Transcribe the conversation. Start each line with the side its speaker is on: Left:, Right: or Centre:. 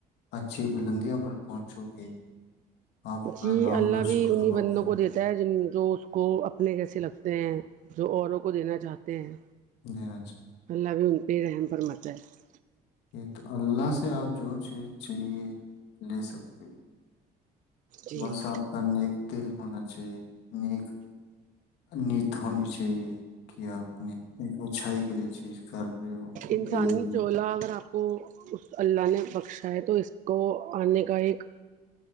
Left: اچھی بلندیا پر پہنچو گے آپ اپنا
Right: جی
Left: نام
Right: اللہ
Left: روشن
Right: بھی انہیں
Left: کرو
Right: بندنوں
Left: گے
Right: کو دیتا ہے جن جو اس کو اپنے کیسے لگتا جو اوروں کو دینا چاہتے ہیں
Left: <unintelligible>
Right: اللہ بھی ان پہ رحم فرماتا ہے
Left: تو اللہ سے آپ جو چیز چاہیے لے سکتے ہو
Right: جی
Left: بس آپ کا تل ہونا چاہیے نیک نت ہونی چاہیے کہ آپ نے ایک اچھائی کے لیے چیز کر رہے ہو
Right: انسانی
Left: لے رہی
Right: چولہ اگر آپ کو اس اللہ نے بخشاائے تو اس کو آنے کا ایک